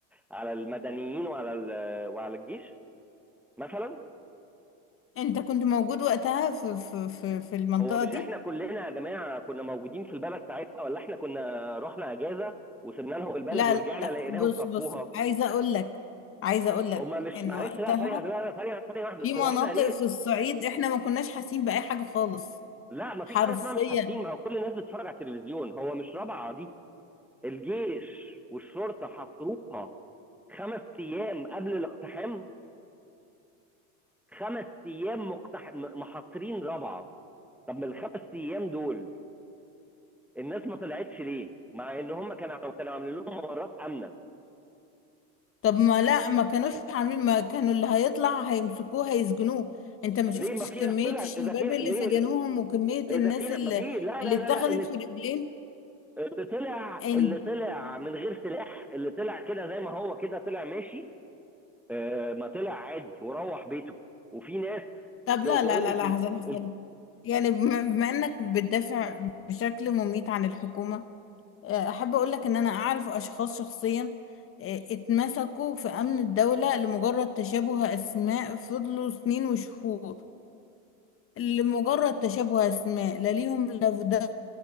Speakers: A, in the centre; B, on the left.
A: على المدنيين وعلى ال... وعلى الجيش مثلا
B: انت كنت موجود وقتها في في في في المنطقة
A: هو مش
B: دي
A: احنا كلنا يا جماعه كنا موجودين في البلد ساعتها ولا احنا كنا رحنا اجازه وسيبنا لهم البلد
B: لا
A: ورجعنا
B: لا
A: لقيناهم
B: بص
A: صفوها
B: بص عايزه اقول لك عايزه اقول لك
A: هما مش
B: ان
A: معلش
B: وقتها
A: لا ثانيه لا ثانيه ثانيه واحده
B: في
A: هو
B: مناطق
A: احنا ليه
B: في الصعيد احنا ما كناش حاسين باي حاجه خالص
A: لا مفيش
B: حرفيا
A: حاجه اسمها مش حاسين ما هو كل الناس بتتفرج على التلفزيون هو مش رابعه دي الجيش والشرطه حاصروها خمس ايام قبل الاقتحام خمس ايام مقتح... م- محاصرين رابعه طب من الخمس ايام دول الناس ما طلعتش ليه؟ مع ان هم كانوا كانوا عاملين لهم ممرات امنه
B: طب ما لا ما كانوش عاملين ما كانوا اللي هيطلع هيمسكوه هيسجنوه انت ما
A: ليه
B: شفتش
A: ما في
B: كميه
A: ناس طلعت
B: الشباب
A: اذا في
B: اللي
A: ليه
B: سجنوهم وكميه
A: اذا
B: الناس
A: في
B: اللي
A: ما في لا
B: اللي
A: لا
B: اتخذت
A: لا لا اللي
B: في رجلين
A: اللي طلع
B: انت
A: اللي طلع من غير سلاح اللي طلع كده زي ما هو كده طلع ماشي آه، ما طلع عادي وروح بيته وفي ناس
B: طب
A: ت-
B: لا
A: تقول
B: لا لا
A: لك
B: لا
A: ال-
B: هزل هزل
A: ال-
B: يعني بما بما انك بتدافع بشكل مميت عن الحكومه آه، احب اقول لك ان انا اعرف اشخاص شخصيا آه، اتمسكوا في امن الدولة لمجرد تشابه اسماء فضلوا سنين وشهور لمجرد تشابه اسماء لا ليهم لا في ده